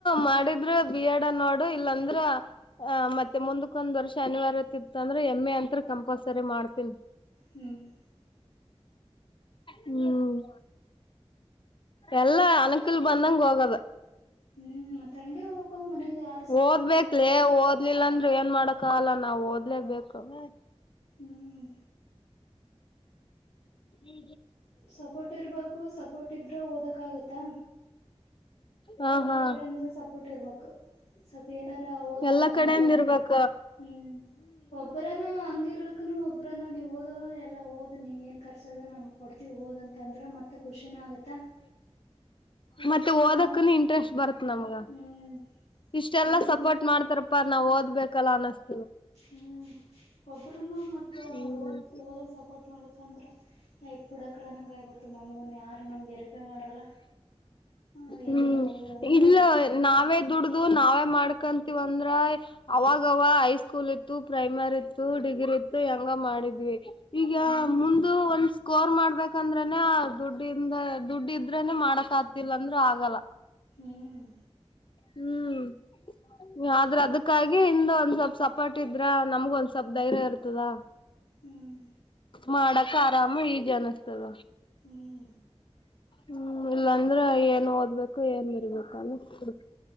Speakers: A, on the left; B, on the left.
A: ಮಾಡಿದ್ರ ಬಿಿಯಡ ನೋಡು ಇಲ್ಲಾಂದ್ರ ಆ ಮತ್ತೆ ಮುಂದಕ್ಕ ಒಂದ್ ವರ್ಷ ಅನಿವಾರ್ಯತೆ ಇತ್ತು ಅಂದ್ರೆ ಎಂ ಎ ಅಂತ ಕಂಪಲ್ಸರಿ ಮಾಡ್ತನಿ
B: ಹ್ಮ್
A: ಹ್ಮ್ ಎಲ್ಲಾ ಅನಕಲ್ ಬಂದಂಗ ಹೋಗದ
B: ಹ್ಮ್ ಮತ್ತ ಹಂಗೆ ಹೋಗ್ಬೇಕು ಮನೆಗೆ ಯಾರು ಸಪೋರ್ಟ್
A: ಓದ್ಬೇಕಲೇ
B: ಮಾಡ್ಲಿಲ್ಲ
A: ಓದ್ಲಿಲ್ಲಂತ ಏನ್ ಮಾಡಕ ಅಲ್ಲ ನಾವ್ ಓದ್ಲೇಬೇಕು <inaudible>
B: ಹ್ಮ್
A: ಈ
B: ಸಪೋರ್ಟ್ ಇರ್ಬೇಕು ಸಪೋರ್ಟ್ ಇದ್ರೆ ಓದಕ್ ಆಗತ್ತ
A: ಹ
B: ಎಲ್ಲಾ
A: ಹಾ
B: ಕಡೆಂದು ಸಪೋರ್ಟ್ ಇರ್ಬೇಕು ಸ್ವಲ್ಪ ಏನಾರ ಓದವ
A: ಎಲ್ಲಾ
B: ನಾ
A: ಕಡೆಯಿಂದ
B: ಎಲ್ಲ
A: ಇರ್ಬೇಕ
B: ಹ್ಮ್ ಒಬ್ಬರಾನ ಹಂಗಿರ್ಲಕ್ಕ ಅಕ್ಕ ಒಬ್ರ ನಾವು ನೀವು ಓದ ಎಲ್ಲಓದ ನೀವು ಏ ರ್ುದ ನಾು ಕೊಡ್ೀವಿ ಓದಂತ ಅಂದ್ರೆತ್ತೆ ಮ ಖುಷಿನ ಆಗತ್ತ ಓದ್ಬೇಕ
A: ಮತ್ತೆ ಓದಕ್ಕನು
B: ನಾವು
A: ಇಂಟ್ರೆಸ್ಟ್ ಬರುತ್ ನಮ್ಗ
B: ಹ್ಮ್
A: ಇಷ್ಟೆಲ್ಲಾ
B: ಇಲ್ಲಂದ
A: ಸಪೋರ್ಟ್ ಮಾಡ್ತಾರಪ್ಪಾ ನಾವ್ ಓದ್ಬೇಕಲ್ಲ ಅನಸ್ತ
B: ಹ್ಮ್ ಒಬರುನು ಮತ್ತ
A: ಹ್ಮ್
B: ಓದ ಓದಕ್ ಸಪೋರ್ಟ್ ಮಾಡ್ಲಿಕ್ ಅಂದ್ರ ಆಯ್ತ ಪುಡಕಳನಂಗಾಯ್ಬಿಡ್ತದೆ ನಮಗನ್ ಯಾರು ನಮ್ಗೆ ಎಲ್ಪೆ ಮಾಡಲ್ಲ ಹ್ಮ ಎಲ್ಲಿಂದ
A: ಹ್ಮ್
B: ಓದದನಂಗೈ
A: ಇಲ್ಲ
B: ಬಿಡತು
A: ನಾವೇ ದುಡ್ದು ನಾವೇ ಮಾಡ್ಕಂತೀವ ಅಂದ್ರ ಅವಾಗವ ಹೈಸ್ಕೂಲ್ ಇತ್ತು ಪ್ರೈಮರಿ ಇತ್ತು ಹಗಿರು ಹೆಂಗ ಮಾಡಿದ್ವಿ ಈಗ
B: ಹ್ಮ್
A: ಮುಂದ ಒಂದ್ ಕೋರ್ ಮಾಡ್ಬೇಕಂದ್ರೆನೆ ದುಡ್ಡಿಂದ ದುಡ್ ಇದ್ರೆನೆ ಮಾಡಕ್ ಆತಿಲ್ಲ ಅಂದ್ರೂ ಆಗಲ್ಲ
B: ಹ್ಮ್
A: ಹ್ಮ್ ಆದ್ರ ಅದಕ್ಕಾಗಿ ಹಿಂದ ಒಂದ್ ಸ್ವಲ್ಪ್ ಸಪರ್ಟ್ ಇದ್ರ ನಮ್ಗ ಒಂದ್ ಸ್ವಲ್ಪ್ ಧೈರ್ಯ ಇರ್ತದ
B: ಹ್ಮ್
A: ಮಾಡಕ ಆರಾಮ ಈಜ ಅನ್ತದ
B: ಹ್ಮ್
A: ಹ್ಮ್ ಇಲ್ಲಾಂದ್ರೆ ಏನ್ ಓದ್ಬೇಕು ಏನ್ ಬರ್ಬೇಕು ಅನ್ನಡ್ತ